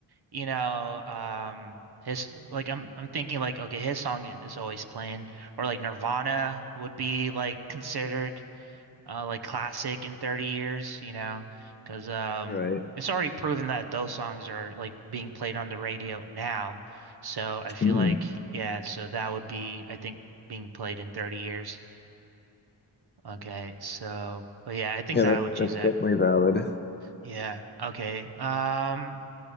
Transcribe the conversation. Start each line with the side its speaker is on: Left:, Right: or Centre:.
Right: you know, um his like I'm I'm thinking like okay, his song is always playing or like Nirvana would be like considered uh like classic in 30 years, you know, because um
Left: Right.
Right: it's already proven that those songs are like being played on the radio now. So I feel
Left: Hmm.
Right: like yeah, so that would be I think being played in 30 years. Okay. So but yeah, I think
Left: Yeah,
Right: that
Left: that's
Right: I would choose
Left: that's
Right: that.
Left: definitely valid.
Right: Yeah. Okay. Um